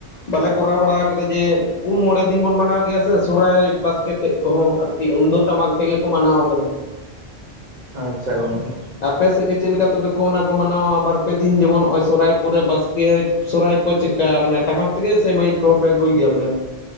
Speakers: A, on the left (about 55°); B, on the right (about 50°).
A: ᱵᱟᱞᱮ ᱠᱚᱨᱟᱣ ᱵᱟᱲᱟ ᱟᱠᱟᱫᱟ ᱡᱮ ᱯᱩᱱ ᱢᱚᱬᱮ ᱫᱤᱱ ᱵᱚᱱ ᱢᱟᱱᱟᱣ ᱜᱮᱭᱟ ᱥᱮ ᱥᱚᱦᱨᱟᱭ ᱵᱟᱥᱠᱮ ᱛᱮᱫ ᱠᱚᱦᱚᱸ ᱟᱨᱠᱤ ᱩᱱ ᱫᱚ ᱴᱟᱢᱟᱠ ᱛᱮᱜᱮ ᱠᱚ ᱢᱟᱱᱟᱣ ᱟᱠᱟᱫᱟ ᱾
B: ᱟᱪᱪᱷᱟ ᱜᱚᱝᱠᱮ ᱾
A: ᱟᱯᱮ ᱥᱮᱫ ᱜᱮ ᱪᱮᱫ ᱞᱮᱠᱟ ᱛᱚᱵᱮ ᱠᱚ ᱚᱱᱟ ᱠᱚ ᱢᱟᱱᱟᱣᱟ ᱵᱟᱨᱯᱮ ᱫᱤᱱ ᱡᱮᱢᱚᱱ ᱱᱚᱜ-ᱚᱭ ᱥᱚᱨᱟᱭ ᱯᱚᱨᱮ ᱵᱟᱥᱠᱮ ᱥᱚᱦᱚᱨᱟᱭ ᱠᱚ ᱪᱮᱫᱠᱟ ᱢᱟᱱᱮ ᱴᱟᱢᱟᱠ ᱛᱮᱜᱮ ᱥᱮ ᱢᱟᱹᱭᱤᱠ ᱠᱚᱦᱚᱸ ᱯᱮ ᱟᱹᱜᱩᱭ ᱜᱮᱭᱟᱯᱮ?